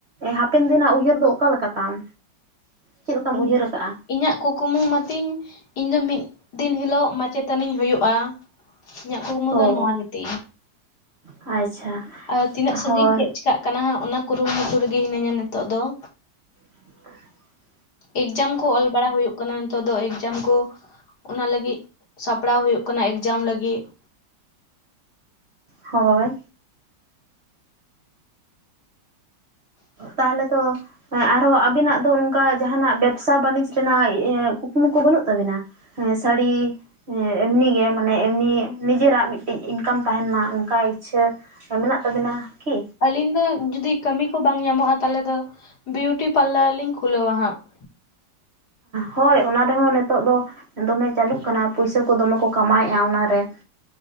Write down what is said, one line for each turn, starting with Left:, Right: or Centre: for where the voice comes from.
Right: ᱦᱟᱯᱮᱱ ᱫᱤᱱᱟᱜ ᱩᱭᱦᱟᱹᱨ ᱫᱚ ᱚᱠᱟᱞᱠᱟ ᱛᱟᱢ ᱪᱮᱫ ᱞᱮᱠᱟᱢ
Left: ᱤᱧ
Right: ᱩᱭᱦᱟᱹᱨᱟ ᱟᱠᱟᱟᱜᱼᱟ?
Left: ᱤᱧᱟᱹᱜ ᱠᱩᱠᱢᱩ ᱢᱟᱛᱤᱧ ᱤᱧ ᱫᱚ ᱢᱤᱫ ᱫᱤᱱ ᱦᱤᱞᱳᱜ ᱢᱟᱪᱮᱛᱟᱹᱱᱤᱧ ᱦᱩᱭᱩᱜᱼᱟ ᱾ ᱤᱧᱟᱹᱜ ᱠᱩᱠᱢᱩ
Right: ᱚ
Left: ᱫᱚ ᱱᱚᱣᱟ ᱜᱮ ᱛᱤᱧ
Right: ᱟᱪᱪᱷᱟ
Left: ᱟᱨ ᱛᱤᱱᱟᱹᱜ ᱥᱟᱺᱜᱤᱧ
Right: ᱦᱳᱭ
Left: ᱪᱮᱫ ᱪᱤᱠᱟᱹᱜ ᱠᱟᱱᱟ ᱦᱟᱸᱜ ᱚᱱᱟ ᱠᱩᱨᱩᱢᱩᱴᱩ ᱨᱮ ᱜᱮ ᱦᱤᱱᱟᱹᱧᱟ ᱱᱤᱛᱚᱜ ᱫᱚ ᱾
Right: <inaudible>
Left: ᱮᱠᱡᱟᱢ ᱠᱚ ᱚᱞ ᱵᱟᱲᱟ ᱦᱩᱭᱩᱜ ᱠᱟᱱᱟ ᱾ ᱱᱤᱛᱚᱜ ᱫᱚ ᱮᱠᱡᱟᱢ ᱠᱚ ᱚᱱᱟ ᱞᱟᱹᱜᱤᱫ ᱥᱟᱯᱲᱟᱣ ᱦᱩᱭᱩᱜ ᱠᱟᱱᱟ ᱮᱠᱡᱟᱢ ᱞᱟᱹᱜᱤᱫ ᱾
Right: ᱦᱳᱭ ᱾ ᱛᱟᱦᱚᱞᱮ ᱛᱚ ᱟᱨ ᱦᱚᱸ ᱟᱵᱤᱱᱟᱜ ᱫᱚ ᱚᱱᱠᱟ ᱡᱟᱦᱟᱸᱱᱟᱜ ᱵᱮᱵᱥᱟ ᱵᱟᱱᱤᱡᱽ ᱨᱮᱱᱟᱜ ᱠᱩᱠᱢᱩ ᱠᱚ ᱵᱟᱹᱱᱩᱜ ᱛᱟᱵᱤᱱᱟ ᱥᱟᱹᱲᱤ ᱮᱢᱱᱤ ᱜᱮ ᱢᱟᱱᱮ ᱮᱢᱱᱤ ᱱᱤᱡᱮᱨᱟᱜ ᱢᱤᱫᱴᱤᱡ ᱤᱱᱠᱟᱢ ᱛᱟᱦᱮᱸᱱ ᱢᱟ ᱚᱱᱠᱟ ᱤᱪᱪᱷᱟᱹ ᱢᱮᱱᱟᱜ ᱛᱟᱵᱤᱱᱟ ᱠᱤ
Left: ᱟᱞᱤᱧ ᱫᱚ ᱡᱩᱫᱤ ᱠᱟᱹᱢᱤ ᱠᱚ ᱵᱟᱝ ᱧᱟᱢᱚᱜᱼᱟ ᱛᱟᱦᱚᱞᱮ ᱫᱚ ᱵᱤᱭᱩᱴᱤ ᱯᱟᱨᱞᱟᱨ ᱞᱤᱧ ᱠᱷᱩᱞᱟᱹᱣᱟ ᱦᱟᱸᱜ ᱾
Right: ᱦᱳᱭ ᱚᱱᱟ ᱨᱮᱦᱚᱸ ᱱᱤᱛᱚᱜ ᱫᱚ ᱫᱚᱢᱮ ᱪᱟᱹᱞᱩᱜ ᱠᱟᱱᱟ ᱯᱩᱭᱥᱟᱹ ᱠᱚ ᱫᱚᱢᱮ ᱠᱚ ᱠᱟᱢᱟᱣᱮᱫᱼᱟ ᱚᱱᱟ ᱨᱮ ᱾